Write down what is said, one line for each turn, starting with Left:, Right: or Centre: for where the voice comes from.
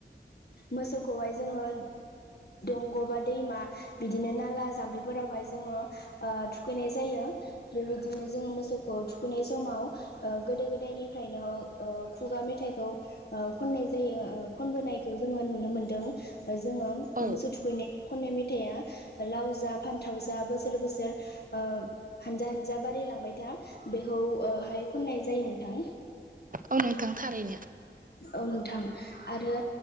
Left: मोसौखौहाय जोङो दंग' बा दैमा बिदिनो नाला जाम्फैफोरावहाय जोङो ओ थुखैनाय जायो बेबायदिनो जोङो मोसौखौ थुखैनाय समाव ओ गोदो गोदायनिफ्रायनो ओ खुगा मेथाइखौ ओ खननाय जायो ओ खनबोनाय खौ जोङो नुनो मोनदों जोङो
Right: औ
Left: मोसौ थु खैनाय खननाय मेथाइआ लाव जा फान्थाव जा बोसोर बोसोर ओ हानजा हानजा बारायलांबाय था बेखौ हाय ओ खननाय जायो नोंथां।
Right: औ नोंथां थारैनो।
Left: औ नोंथां आरो